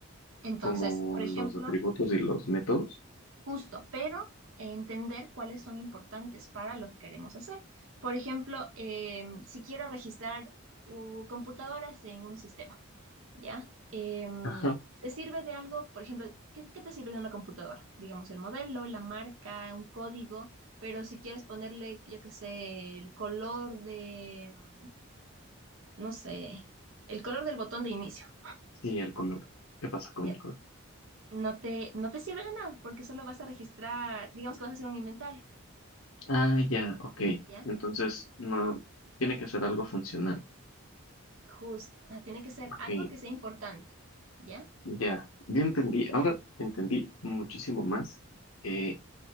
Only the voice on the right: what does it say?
Entonces,
por
ejemplo,
Justo, pero eh, entender cuáles son importantes para lo que queremos hacer. Por ejemplo, em, si quiero registrar uh, computadoras en un sistema, ¿ya? Em,
¿te sirve de algo? Por ejemplo, ¿qué, qué te sirve de una computadora? Digamos, el modelo, la marca, un código, pero si quieres ponerle, yo qué sé, el color de, mm, no sé, el color del botón de inicio,
¿ya?
No te, no te sirve de nada porque solo vas a registrar, digamos que vas a hacer un inventario.
¿Ya?
Justo, ah, tiene que ser
algo que sea importante, ¿ya?